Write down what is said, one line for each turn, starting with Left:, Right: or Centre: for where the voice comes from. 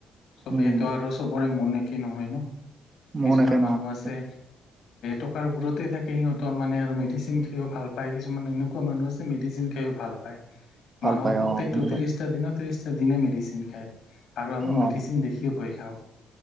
Left: চব
Right: উম
Left: এইটো আৰু চবৰে মন একেই নহয় ন।
Right: মন
Left: কিছুমান
Right: একে নহয়
Left: মানুহ
Right: একদম
Left: আছে। টকাৰ ওপৰতেই থাকে সিহতৰ মানে আৰু মেডিচিন খাইও ভাল পায় কিছুমান এনেকুৱা মানুহ আছে মেডিচিন খও ভাল পায়
Right: ভাল
Left: মাহত
Right: পায়
Left: প্ৰত্যেকটো
Right: অ সেনেকুৱা
Left: ত্ৰিশটা দিনত ত্ৰিশটা দিনে মেডিচিন খায়। আৰু আমি
Right: অ
Left: মেডিচিন দেখিয়ে বঢি খাও।